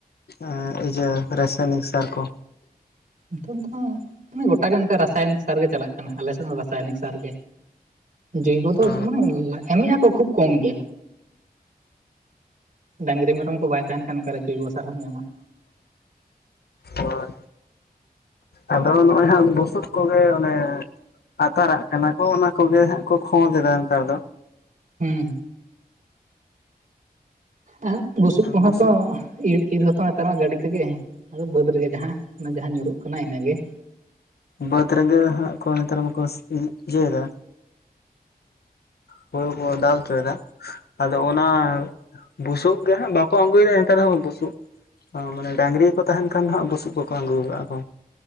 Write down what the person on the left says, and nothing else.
ᱮᱸ ᱤᱭᱟᱹ ᱨᱮᱥᱟᱭᱱᱤᱠ ᱥᱟᱨ ᱠᱚ᱾
ᱚ
ᱦᱳᱭ ᱟᱫᱚ ᱱᱚᱜᱼᱚᱭ ᱦᱟᱸᱜ ᱵᱩᱥᱩᱫ ᱠᱚᱜᱮ ᱚᱱᱮ ᱟᱛᱟᱨᱟᱜ ᱠᱟᱱᱟ ᱠᱚ, ᱚᱱᱟ ᱠᱚᱜᱮ ᱦᱟᱸᱜ ᱠᱚ ᱠᱷᱫᱽ ᱮᱫᱟ ᱱᱮᱛᱟᱨ ᱫᱚ᱾
ᱵᱩᱥᱩᱵ
ᱵᱟᱹᱛ ᱨᱮᱜᱮ ᱦᱟᱸᱜ ᱠᱚ ᱱᱮᱛᱟᱨ ᱢᱟᱠᱚ ᱥᱤ ᱤᱭᱟᱹᱭ ᱫᱟ ᱦᱩᱲᱩ ᱠᱚ ᱰᱟᱞ ᱦᱪᱚᱭᱮᱫᱟ᱾ ᱟᱫᱚ ᱚᱱᱟ ᱵᱩᱥᱩᱵ ᱜᱮ ᱦᱟᱸᱜ ᱵᱟᱠᱚ ᱟᱜᱩᱭᱮᱫᱟ᱾ ᱮᱱᱛᱮ ᱨᱮᱦᱚᱸ ᱵᱩᱥᱩᱵ ᱳ ᱢᱟᱱᱮ ᱰᱟᱝᱨᱤ ᱠᱚ ᱛᱟᱸᱦᱮᱱ ᱠᱷᱟᱱ ᱫᱚ ᱦᱟᱸᱜ, ᱵᱩᱥᱩᱵ ᱠᱚᱠᱚ ᱟᱜᱩ ᱠᱟᱜᱼᱟ ᱠᱚ᱾